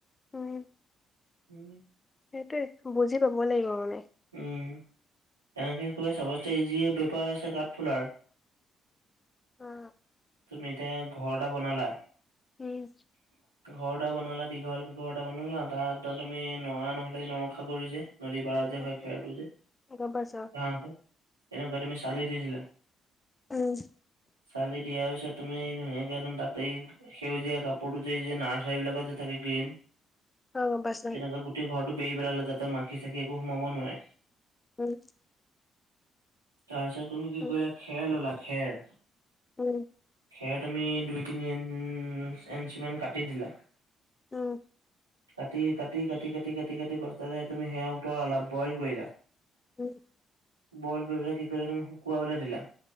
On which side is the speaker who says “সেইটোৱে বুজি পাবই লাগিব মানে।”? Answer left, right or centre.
Left